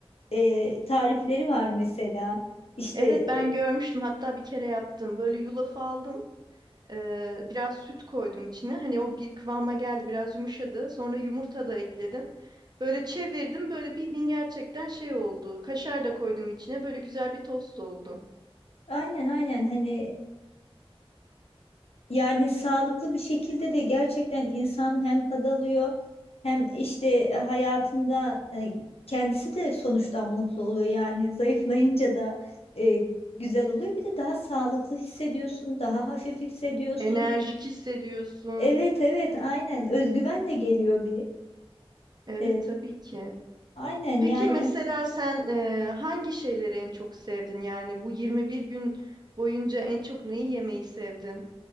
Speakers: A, on the left (about 80°); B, on the right (about 45°).
A: e, tarifleri var mesela. İşte
B: Evet
A: e,
B: ben görmüştüm hatta bir kere yaptım. Böyle yulaf aldım. Ee, biraz süt koydum içine. Hani o bir kıvama geldi, biraz yumuşadı. Sonra yumurta da ekledim. Böyle çevirdim, böyle bildiğin gerçekten şey oldu. Kaşar da koydum içine. Böyle güzel bir tost oldu.
A: aynen aynen hani Yani sağlıklı bir şekilde de gerçekten insan hem tad alıyor hem işte e, hayatında e, kendisi de sonuçtan mutlu oluyor. Yani <laughs> zayıflayınca da e, güzel oluyor. Bir de daha sağlıklı hissediyorsun, daha hafif hissediyorsun.
B: Enerjik hissediyorsun.
A: Evet evet aynen özgüven de geliyor bir.
B: Evet,
A: E,
B: tabii ki.
A: aynen
B: Peki
A: yani
B: mesela sen e, hangi şeyleri en çok sevdin? Yani bu 21 gün boyunca en çok neyi yemeyi sevdin?